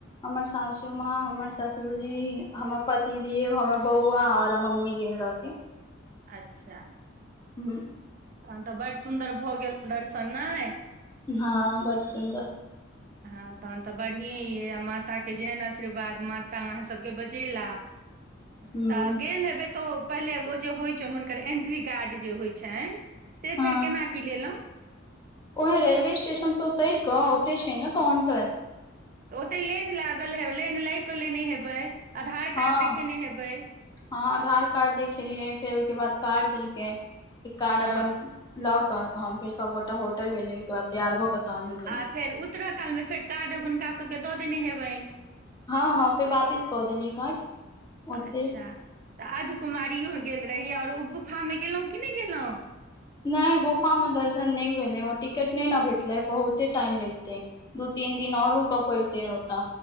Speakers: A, on the left; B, on the right.
A: हमर सासू माँ हमर ससुरजी हमर पतिदव हमर बौआ आओर मम्मी गेएन रहथीन
B: अच्छा
A: हूँ
B: तहन तऽ बड्ड सुंन्दर भऽ गेल दर्शन नाय
A: हँ बड़ सुन्दर
B: हँं तहन तऽ बढ़िए अइ आ माताके जेहन आशीर्वाद माता तऽ अहाँ सबके बजेला
A: ह
B: तऽ गेल हेबे तोऽ पहिले ओ जे होइ छनि हुनकर एन्ट्री कार्ड जे होइ छनि से
A: हँ
B: फेर केना की लेलौ
A: ओहे रेलवे स्टेशन से उतैर कऽ ओते छै ने काउंटर
B: तऽ ओते लेन लागल हेबै लेन लाएग क लेने हेबै आधार
A: हँ
B: कार्ड देखेने हेबै
A: हँ आधार कार्ड देखेलियै फेर ओईके बाद कार्ड देलकै कार्ड
B: हँ
A: अपन लऽ कऽ तहन फेर सबगोटा होटल गेलियै ओईके बाद तैयार भ कऽ तहन <unintelligible>
B: आ फेर उत्तर काल मे फेर कार्ड हुनका सबके दऽ देने हेबनि
A: हँ हँ फेर वापिस कऽ देलियै काड
B: अच्छा
A: ओतै
B: तऽ अध कुमारियो गेल रहि आ ओ गुफा मे गेलौ की नै गेलौं
A: नै गोफा मे दर्शन नै भेले ओ टिकट नै न भेटलै बहुते टाइम लैगतै दू तीन दिन आओर रुकऽ पैड़तेैन ओतऽ